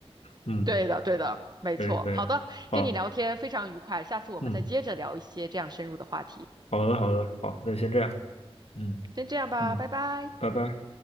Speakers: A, on the left (about 80°); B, on the right (about 40°).
A: 嗯，
B: 对的，对的，没错。
A: 可以可以，
B: 好的，
A: 好，
B: 跟你聊天非常愉快，下次我们再接着聊一些这样深入的话题。
A: 嗯，好的好的，好，那先这样。嗯
B: 先这样吧，
A: 嗯，
B: 拜拜。
A: 拜拜。